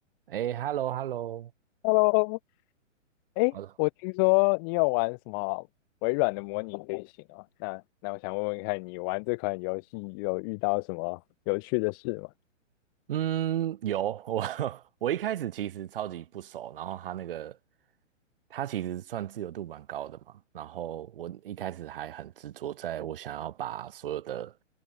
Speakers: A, on the right (about 45°); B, on the left (about 15°).
A: 哎，hello hello，
B: Hello，哎，
A: 好的，
B: 我听说你有玩什么微软的模拟飞行哦，那那我想问问看你玩这款游戏有遇到什么有趣的事吗？
A: 嗯，有我 <laughs> 我一开始其实超级不熟，然后他那个他其实算自由度蛮高的嘛，然后我一开始还很执着，在我想要把所有的